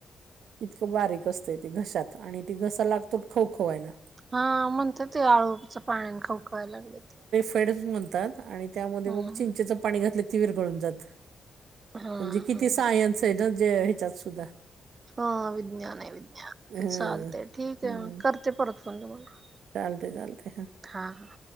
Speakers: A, on the right; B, on the right.
A: इतकं बारीक असतंय ते घशात आणि ते घसा लागतो खव खवायला
B: हा म्हणत ते आळूच पानान खवखवायला लागले ते
A: ड म्हणतात आणि त्यामध्ये
B: हम्म
A: मग चिंचेच पाणी घातले की विरगळून जात
B: हा
A: म्हणजे किती
B: हा.
A: सायन्स आहे ना जे ह्याच्यात सुद्धा
B: हा विज्ञान आहे विज्ञान
A: ह
B: चालते ठीक आहे
A: हम्म
B: म करते परत फोन तुम्हाला
A: चालते चालते हा
B: हां हा